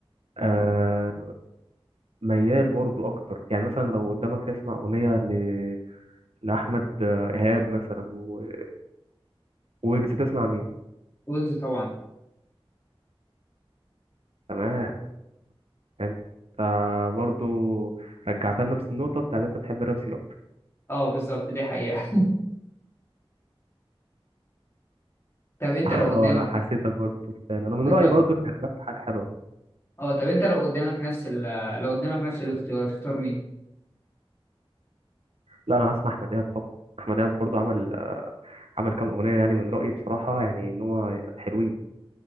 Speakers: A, on the right; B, on the left.
A: آه، ميال برضو اكتر يعني مثلا لو قدامك تسمع اغنيه ل... لاحمد آه، ايهاب مثلا و... ويجز تسمع مين
B: ويجز طبعا
A: تمام يعني انت برضو رجعتها لنفس النقطه بتاعت انت بتحب الراب سين
B: اه بالظبط دي حقيقة <laughs> طب أنت
A: اه
B: لو قدامك
A: انا حسيتك برضو تفان انا من
B: ده
A: رايي
B: طب
A: برضو ان الراب حاجه حلوه
B: اه طب أنت لو قدامك نفس ال... لو قدامك نفس الاختيار هتختار مين؟
A: لا انا هسمع احمد دهب طبعا احمد دهب برضو عمل عمل كام اغنيه يعني من رايي بصراحه يعني ان هو حلوين